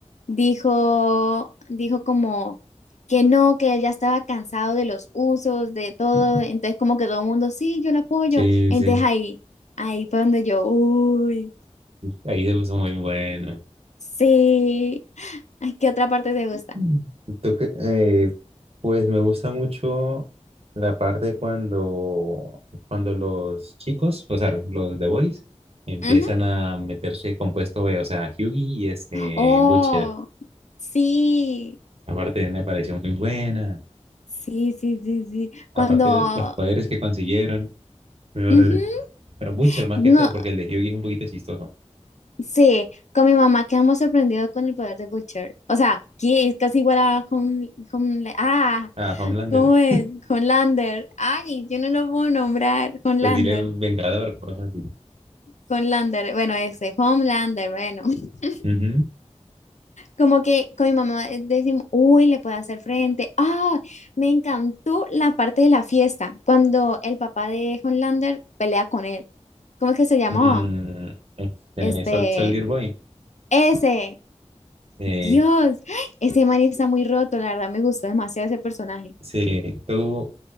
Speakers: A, on the left; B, on the right.
A: dijo, dijo como que no, que él ya estaba cansado de los usos, de todo,
B: <laughs>
A: entonces como que todo el mundo, sí, yo lo apoyo.
B: Sí,
A: Entonces
B: sí.
A: ahí, ahí fue donde yo, uy,
B: Ahí se puso muy bueno.
A: sí. Ay, ¿qué otra parte te gusta?
B: Mm. Tú que- eh, pues me gusta mucho la parte cuando, cuando los chicos, o sea, los The Boys, empiezan
A: Ujú.
B: a meterse compuesto B, o sea, Hyugi y este
A: Oh,
B: Butcher.
A: sí,
B: Aparte me pareció muy buena,
A: sí, sí, sí, sí. Cuando,
B: aparte el- los poderes que consiguieron. Mi madre.
A: ujú,
B: Pero Butcher más
A: No,
B: que todo, porque el de Hyugi es un poquito chistoso.
A: Sí, con mi mamá quedamos sorprendidos con el poder de Butcher. O sea, que es casi igual a con, con ah,
B: Ah, Homelander,
A: ¿cómo es? Con Lander. Ay, yo no lo puedo nombrar. Con
B: pues
A: Lander.
B: dile Vengador, cosas así.
A: Con Lander. Bueno, ese, Homelander, bueno. <laughs>
B: Ujú.
A: Como que con mi mamá eh, decimos, uy, le puedo hacer frente. Ah, me encantó la parte de la fiesta, cuando el papá de Homelander pelea con él. ¿Cómo es que se llamaba?
B: Mm, este,
A: Este,
B: Sol- Soldier Boy.
A: ese.
B: Eh,
A: Dios, <gasps> ese man está muy roto, la verdad me gustó demasiado ese personaje.
B: Sí, ¿tú,